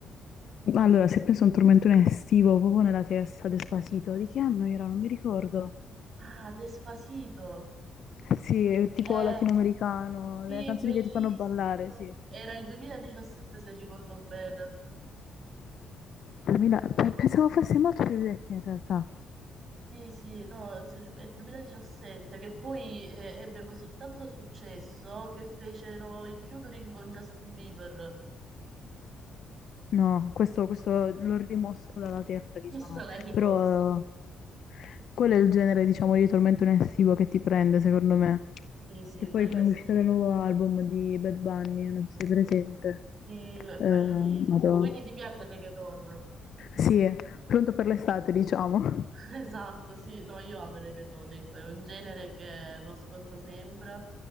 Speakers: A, on the left (about 60°); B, on the right (about 50°).
A: Allora, se penso a un tormentone estivo, proprio nella testa, Despacito, di che anno era? Non mi ricordo.
B: Ah, Despacito!
A: Sì, è tipo
B: Eh,
A: latinoamericano,
B: sì,
A: le canzoni
B: bellissimo!
A: che ti fanno ballare, sì.
B: Era il 2017 se ricordo bene.
A: 2000 pe- Pensavo fosse molto più vecchia in realtà.
B: Sì, sì, no, se- è il 2017 che poi eh, ebbe così tanto successo che fecero il featuring con Justin Bieber. <laughs>
A: No, questo, questo l'ho rimosso dalla testa, diciamo,
B: Questa l'hai rimossa.
A: però eh, quello è il genere, diciamo, di tormento estivo che ti prende, secondo me.
B: Sì, sì,
A: Che
B: quella
A: poi con
B: sì.
A: l'uscita del nuovo album di Bad Bunny, non so se sei presente,
B: Sì, lo- è bellissimo.
A: eh, madò.
B: Quindi ti piace il reggaeton?
A: Sì, è pronto per l'estate, diciamo. <laughs>
B: Esatto, sì, no, io amo il reggaeton, ecco, è un genere che lo ascolto sempre